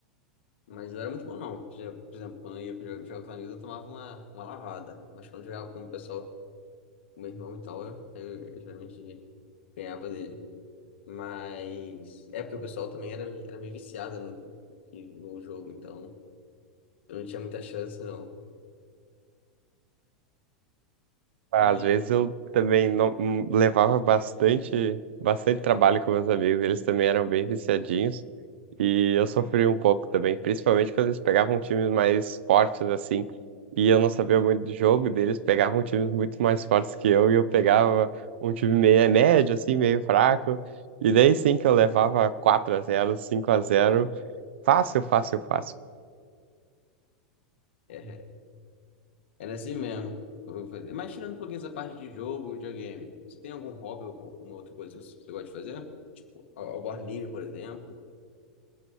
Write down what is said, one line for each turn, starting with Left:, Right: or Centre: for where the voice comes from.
Left: Mas não era muito bom, não. Já, por exemplo, quando eu ia jogar com os amigos, eu tomava uma, uma lavada. Mas quando eu jogava com o pessoal o meu irmão e tal, eu, eu- eu geralmente ganhava dele. Mas é porque o pessoal também era, meio- era meio viciado no, no jogo, então eu não tinha muita chance, não.
Right: Ah,
Left: Mas
Right: Às vezes eu também não hum, levava bastante, bastante trabalho com meus amigos, eles também eram bem viciadinhos e eu sofria um pouco também, principalmente quando eles pegavam times mais fortes assim, e eu não sabia muito de jogo deles, pegavam times muito mais fortes que eu e eu pegava um time meio médio assim, meio fraco, e daí sim que eu levava 4 a zero cinco a zero fácil, fácil, fácil.
Left: é, era assim mesmo. Eu fazia- Mas tirando um pouquinho essa parte de jogo, videogame, você tem algum hobby, ou alguma outra coisa que você gosta de fazer? Tipo, ao, ao ar livre, por exemplo.